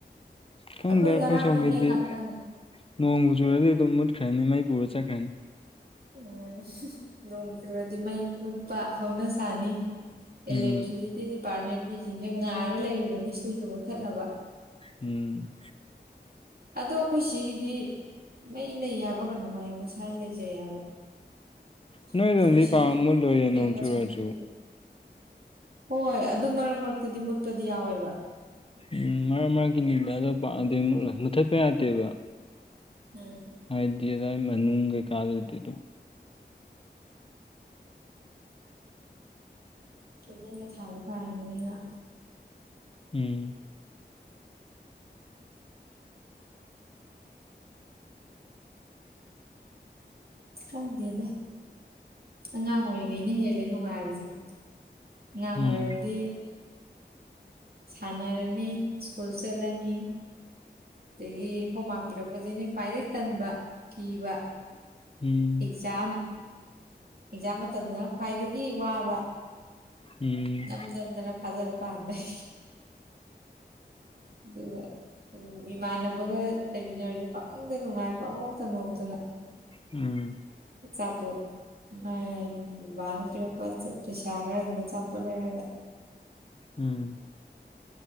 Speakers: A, on the left; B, on the right.
A: ꯈꯪꯗꯦ
B: ꯑꯩꯈꯣꯏ ꯉꯔꯥꯡ
A: ꯁꯣꯝꯒꯤꯗꯤ
B: ꯃꯨꯠꯂꯦ ꯉꯥꯛꯇꯪ
A: ꯅꯣꯡꯕꯨ ꯆꯨꯔꯗꯤ ꯑꯗꯨꯝ ꯃꯨꯠꯈ꯭ꯔꯅꯤ ꯃꯩ ꯄꯨꯔ ꯆꯠꯈ꯭ꯔꯅꯤ
B: ꯎꯝ ꯅꯣꯡ ꯆꯨꯔꯗꯤ ꯃꯩ ꯃꯨꯠꯄ ꯍꯧꯅꯁꯥꯅꯤ ꯑꯦꯂꯦꯛꯇ꯭ꯔꯤꯁꯤꯇꯤ
A: ꯎꯝ
B: ꯗꯤꯄꯥꯔꯠꯃꯦꯟ ꯃꯤꯖꯤꯡꯖꯦ ꯉꯥꯏꯔ ꯂꯩꯔꯤꯕꯅꯤ ꯁꯨꯏꯗꫭ ꯃꯨꯠꯊꯠꯅꯕ
A: ꯎꯝ
B: ꯑꯗꯣ ꯑꯩꯈꯣꯏ ꯁꯤꯒꯤꯗꯤ ꯃꯩ ꯂꯩ ꯍꯥꯏꯕꯔ ꯀꯩꯅꯣꯝ ꯍꯥꯏ ꯃꯁꯥꯏ ꯂꯩꯖꯩ ꯍꯥꯏꯕ
A: ꯅꯣꯏ
B: ꯑꯩꯈꯣꯏ
A: ꯔꫭꯝꯗꯤ
B: ꯁꯤ
A: ꯄꯥꯛ ꯃꯨꯠꯂꯣꯏꯌꯦ ꯅꯣꯡ
B: ꯀꯦꯝꯄꯁ
A: ꯆꯨꯔꯁꯨ
B: ꯃꯅꯨꯡꯒꯤ ꯍꯣꯏ ꯑꯗꯨꯝ ꯃꯔꯛ ꯃꯔꯛꯇꯗꯤ ꯃꯨꯠꯄꯗꯤ ꯌꯥꯎꯋꯦꯕ
A: ꯎꯝ ꯃꯔꯛ ꯃꯔꯛꯀꯤ ꯂꯤꯡꯅꯗꫭ ꯄꯥꯟꯗꯦ ꯃꯨ ꯃꯨꯊꯠꯄ ꯌꯥꯗꯦꯕ
B: ꯎꯝ
A: ꯍꯥꯏꯗꯤ ꯑꯗꯥꯏ ꯃꯅꯨꯡ ꯀꯩꯀꯥꯗꯨꯗꯤꯗꯨꯝ
B: ꯀꯦꯟꯗꯜꯒ ꯊꯥꯜꯂ ꯄꯥꯍꯟꯅꯤꯡꯉꯤꯔꫭ
A: ꯎꯝ
B: ꯈꯪꯗꯦꯗ ꯑꯉꯥꯡ ꯑꯣꯏꯔꯤꯉꯩꯩꯅ ꯍꯦꯜꯂꯦ ꯅꯨꯡꯉꯥꯏꯕꯁꯦ ꯑꯉꯥꯡ
A: ꯎꯝ
B: ꯑꯣꯏꯔꯗꯤ ꯁꯥꯟꯅꯔꯅꯤ ꯁ꯭ꯀꯨꯜ ꯆꯠꯂꯅꯤ ꯗꯒꯤ ꯍꯣꯝꯋꯥꯛ ꯄꯤꯔꯛꯄꯁꯤꯅꯦ ꯈ꯭ꯋꯥꯏꯗꯩ ꯇꯟꯕ ꯀꯤꯕ
A: ꯎꯝ
B: ꯑꯦꯛꯖꯥꯝ ꯑꯦꯛꯖꯥꯝ ꯃꯇꯝꯗꯅ ꯈ꯭ꯋꯥꯏꯗꯒꯤ ꯋꯥꯕ
A: ꯎꯝ
B: ꯅꯝꯗꯝꯗꯅ ꯐꯥꯖꯜꯂ ꯄꯥꯍꯟꯕꯩ ꯗꯨꯒ ꯎꯝ ꯏꯃꯥꯟꯅꯕꯒ ꯂꯩꯃꯤꯟꯅꯔꯁꯨ ꯄꯥꯛꯅꯨꯡꯗ ꯅꯨꯡꯉꯥꯏ ꯄꯥꯥꯛꯅꯣꯛꯇ ꯅꯣꯛꯇꯅ
A: ꯎꯝ
B: ꯑꯆꯥꯄꯣꯠ <unintelligible> ꯋꯥꯅꯥ ꯄꯤꯔꯛꯄ ꯆꯠ ꯄꯩꯁꯥ ꯈꯔꯗꯨꯅ ꯆꯄ ꯇꯜꯂꯦ ꯍꯥꯏꯕꯥ
A: ꯎꯝ